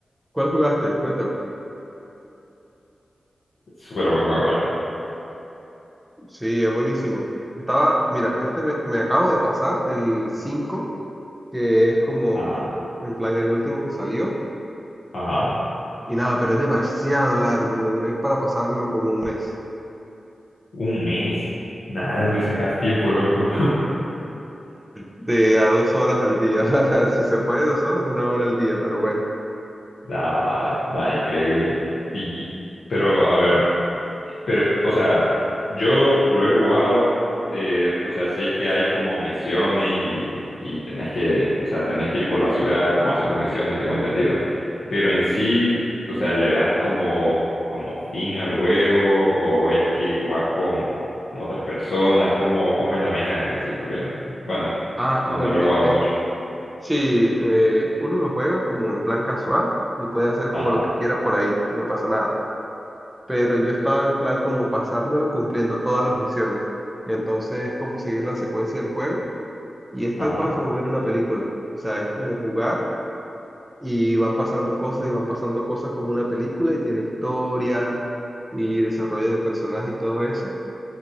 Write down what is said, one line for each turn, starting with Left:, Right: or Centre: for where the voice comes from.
Centre: ¿Cuál jugaste? Cuéntame.
Left: Súper buen juego, ¿eh?
Centre: Sí, es buenísimo. Estaba, mira, este me, me acabo de pasar, el 5, que es como,
Left: Ajá,
Centre: en plan, el último que salió.
Left: ajá.
Centre: Y nada, pero es demasiado largo. Me duré para pasármelo como un mes.
Left: Un mes. Nada, ¿de dónde sacas tiempo, loco? <laughs>
Centre: De a dos horas al día. <laughs> Si se puede, dos horas, una hora al día, pero bueno.
Left: Nada, nada, increíble. Y- pero, a ver, pero, o sea, yo lo he jugado, eh, o sea, sé que hay como misiones y, y tenés que, o sea, tenés que ir por la ciudad como haciendo misiones, tengo entendido. Pero en sí, o sea, ¿le das como, como fin al juego o es que jugás con, con otras personas? ¿Cómo, cómo es la mecánica en sí? Porque, bueno,
Centre: Ah,
Left: no,
Centre: bueno,
Left: no lo
Centre: mira,
Left: he jugado
Centre: es-
Left: mucho.
Centre: sí, eh, uno lo juega como en plan casual y puede hacer como
Left: Ajá,
Centre: lo que quiera por ahí, no pasa nada. Pero yo estaba en plan como pasármelo cumpliendo todas las misiones. Entonces es como seguir la secuencia del juego y es
Left: ajá,
Centre: tal cual como ver una película. O sea, es como jugar y van pasando cosas y van pasando cosas como una película y tiene historia y desarrollo de personaje y todo eso.